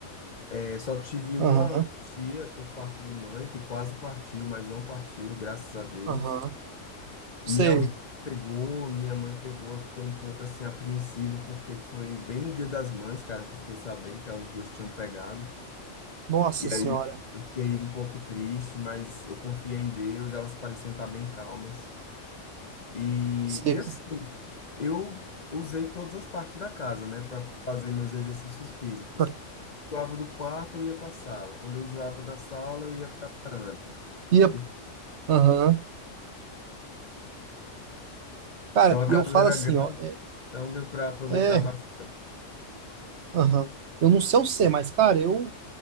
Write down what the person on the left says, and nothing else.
Eh, só tive uma
tia por parte de mãe que quase partiu, mas não partiu, graças a Deus.
Minha avó pegou, minha mãe pegou, eu fiquei um pouco assim apreensivo, porque foi bem no Dia das Mães, cara, que eu fiquei sabendo que elas duas tinham pegado.
E
aí eu fiquei um pouco triste, mas eu confiei em Deus, elas pareciam estar bem calmas. E,
e assim, eu usei todas as partes da casa, né, para fazer meus exercícios físicos.
Enjoava do quarto, eu ia para a sala. Quando eu enjoava da sala, eu ia para a varanda.
E-
Então a
casa
era
grande,
então deu para aproveitar
bastante.